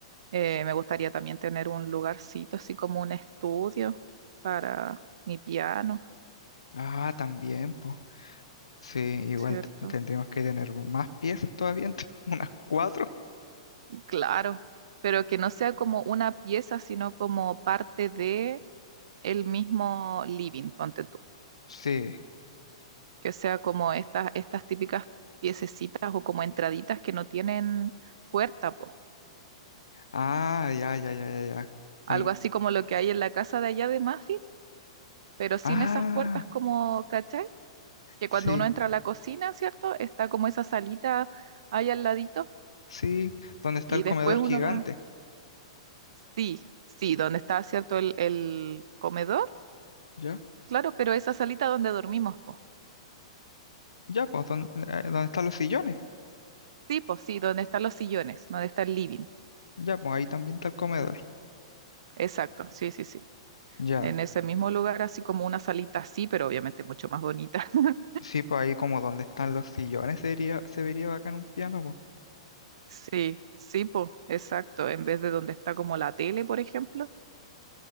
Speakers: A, on the right (about 65°); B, on the left (about 80°).
A: Eh, me gustaría también tener un lugarcito, así como un estudio para mi piano,
B: Ah, también, pues. Sí, igual
A: ¿cierto?
B: t- tendríamos que tener más piezas todavía, entonces, <laughs> unas cuatro.
A: Claro, pero que no sea como una pieza, sino como parte de el mismo living, ponte tú.
B: Sí.
A: Que sea como estas, estas típicas piececitas o como entraditas que no tienen puerta, po.
B: Ah, ya, ya, ya, ya, ya. Como,
A: Algo así como lo que hay en la casa de allá de Muffin, pero sin
B: ah,
A: esas puertas como, ¿cachai? Que
B: sí,
A: cuando uno entra a la cocina, ¿cierto? Está como esa salita ahí al ladito
B: sí. ¿Dónde está
A: Y
B: el comedor
A: después uno
B: gigante?
A: va, sí, sí, donde está, ¿cierto? El, el comedor,
B: Ya,
A: claro, pero esa salita donde dormimos, po.
B: ya, pues, ¿dónde, eh, dónde están los sillones?
A: Sí, pues sí, donde están los sillones, donde está el living.
B: Ya, pues, ahí también está el comedor.
A: Exacto, sí, sí, sí.
B: Ya,
A: En ese mismo lugar, así como una salita así, pero obviamente mucho más bonita. <laughs>
B: sí, pues ahí como donde están los sillones sería, se vería bacán un piano, pues.
A: Sí, sí, pues, exacto. En vez de donde está como la tele, por ejemplo,